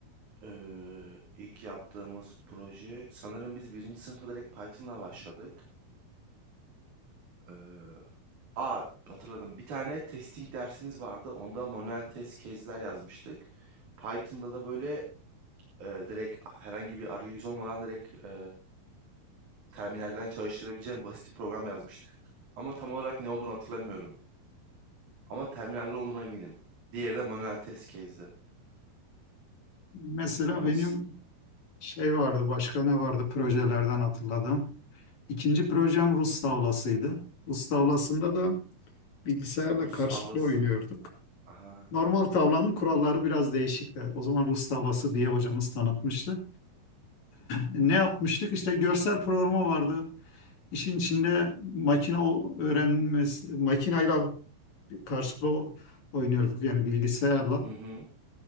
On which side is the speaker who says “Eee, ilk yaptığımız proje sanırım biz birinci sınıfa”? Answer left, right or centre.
Right